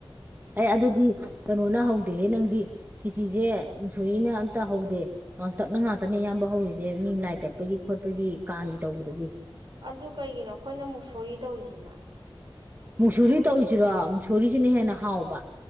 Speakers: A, on the right (about 20°); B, on the right (about 55°).
A: ꯑꯦ ꯑꯗꯨꯗꯤ ꯀꯩꯅꯣꯅ ꯍꯧꯗꯦꯍꯦ ꯅꯪꯗꯤ ꯀꯤꯆꯤꯁꯦ ꯃꯨꯁꯣꯔꯤꯅ ꯑꯝꯇ ꯍꯧꯗꯦ ꯀꯥꯡꯥꯡꯇꯛꯅ ꯉꯥꯛꯇꯅꯦ ꯑꯌꯥꯝꯕ ꯍꯧꯔꯤꯁꯦ ꯃꯤ ꯂꯥꯏ ꯀꯠꯄꯒꯤ ꯈꯣꯠꯄꯒꯤ ꯀꯥꯡꯒꯤ ꯇꯧꯕꯗꯒꯤ
B: ꯑꯗꯨ ꯀꯩꯒꯤꯅꯣ ꯑꯩꯈꯣꯏꯅ ꯃꯨꯛꯁꯣꯔꯤ ꯇꯧꯔꯤꯁꯤꯅ
A: ꯃꯨꯛꯁꯣꯔꯤ ꯇꯧꯔꯤꯁꯤꯔꯣ ꯃꯨꯛꯁꯣꯔꯤꯁꯤꯅ ꯍꯦꯟꯅ ꯍꯥꯎꯕ